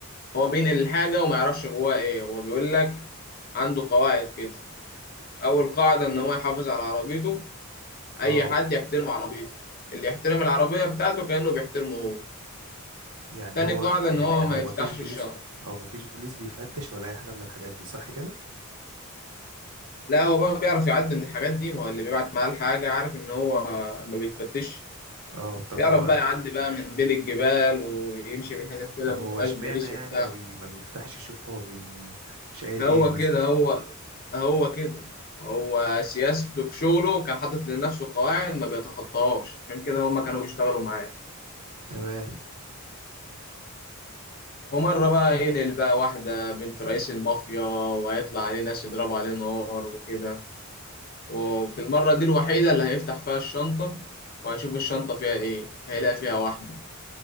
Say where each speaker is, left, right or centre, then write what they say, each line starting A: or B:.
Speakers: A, on the left; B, on the right.
A: هو بينقل الحاجه وما يعرفش جواها ايه هو بيقول لك عنده قواعد كده اول قاعده ان هو يحافظ على عربيته اي
B: اه
A: حد يحترم عربيته اللي يحترم العربيه بتاعته كانه بيحترمه هو
B: يعني
A: تاني
B: هو
A: قاعده
B: يعني
A: ان هو ما
B: هو
A: يفتحش
B: ما فيش بوليس
A: الشنطه
B: هو ما فيش بوليس بيفتش ولا اي حاجه من الحاجات دي صح كده
A: لا هو بقى بيعرف يعدي من الحاجات دي ما هو اللي بيبعت معاه الحاجه عارف ان هو ما بيتفتش
B: اه طب
A: بيعرف
B: هو
A: بقى يعدي بقى من بين الجبال ويمشي من حتت كده
B: طب
A: ما
B: هو
A: فيهاش
B: اشمعنى
A: بوليس
B: يعني
A: وبتاع
B: ما بي ما بيفتحش يشوف هو بي شايل
A: هو
B: ايه مثلا
A: كده هو هو كده هو سياسته في شغله كان حاطط لنفسه قواعد ما بيتخطاهاش عشان كده هما كانوا بيشتغلوا معاه
B: تمام
A: ومرة بقى ينقل بقى واحدة بنت رئيس المافيا وهيطلع عليه ناس يضربوا عليه نار وكده وفي المرة دي الوحيدة اللي هيفتح فيها الشنطة وهيشوف الشنطة فيها إيه هيلاقي فيها واحدة